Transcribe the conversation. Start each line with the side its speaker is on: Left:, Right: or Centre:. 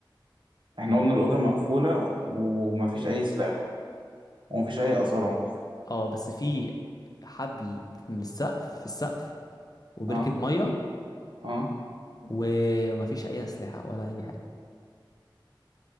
Right: احنا قلنا الأوضة مقفولة ومفيش أي سلاح ومفيش أي آثار عنف
Left: اه بس في حبل من السقف في السقف وبركة
Right: اه
Left: مية
Right: اه
Left: ومفيش أي أسلحة ولا أي حاجة